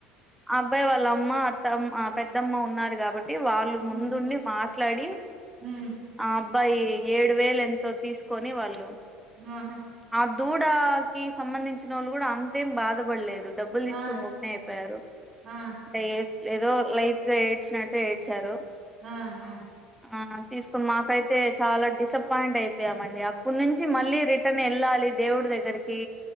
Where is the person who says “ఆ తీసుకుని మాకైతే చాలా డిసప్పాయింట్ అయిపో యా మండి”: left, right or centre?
Centre